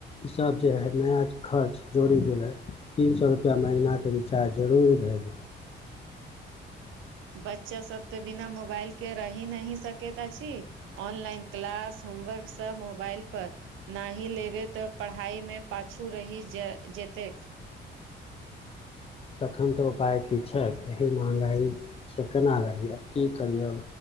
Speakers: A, on the left; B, on the right.
A: इसभ जे हइ नया खर्च जोड़ि गेल हइ तीन सए रुपैआ महीनाके रिचार्ज जरूरी भए गेलै
B: बच्चा सब तऽ बिना मोबाइल के रहि नही सकैत अछि ऑनलाइन क्लास होमवर्क सब मोबाइलपर न ही लेबै तऽ पढ़ाइमे पाछू रहि जेतै
A: एखन तऽ उपाय की छै एहि महँगाइसँ केना लड़ैए आब की करियए